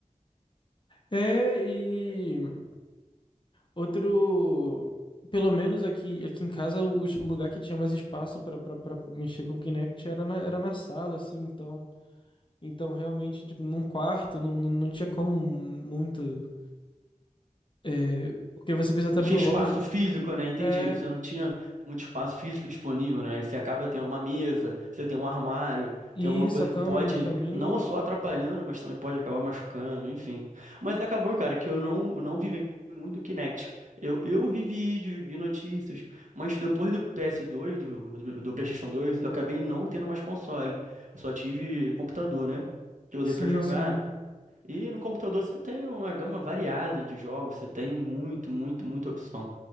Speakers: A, on the left; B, on the right.
A: É, e outro Pelo menos aqui, aqui em casa, o, o lugar que tinha mais espaço para mexer com o Kinect era na, era na sala, assim, então. Então, realmente, tipo, num quarto não, não, não tinha como muito. é, porque você precisa estar
B: Não tinha
A: meio
B: espaço
A: longe.
B: físico, né? Entendi.
A: É.
B: Você não tinha muito espaço físico disponível, né? Aí Você acaba tendo uma mesa, você tem um armário,
A: E
B: tem alguma
A: isso,
B: coisa
A: a cama
B: que pode
A: no meio do caminho.
B: não só atrapalhando, mas também pode acabar machucando, enfim. Mas acabou, cara, que eu não, não vivi muito o Kinect. Eu, eu vi vídeos, vi notícias, mas depois do PS2, do, do, do PlayStation 2, eu acabei não tendo mais console. Eu só tive computador, né? Que eu usei
A: Sim,
B: pra jogar,
A: sim.
B: E no computador você tem uma gama variada de jogos, você tem muito, muito, muita opção.